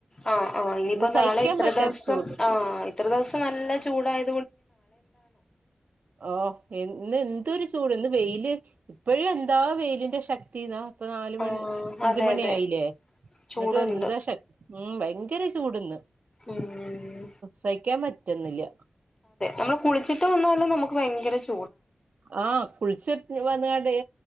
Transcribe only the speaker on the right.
ഇന്ന് സഹിക്കാൻ
പറ്റാത്ത
ചൂട്
ഓ എന്ന് എന്തരു ചൂടന്ന് വെയില് ഇപ്പഴും എന്താ വെയിലിന്റെ ശക്തി എന്നാ ഇപ്പൊ നാല് മണി
അഞ്ചുമണി
ആയില്ലേ എന്നിട്ട്
എന്താ ശക്ത ഭയങ്കര ചൂട്ന്ന്
സഹിക്കാൻ പറ്റുന്നില്ല
ആ കുളിച്ച വന്നുകടേ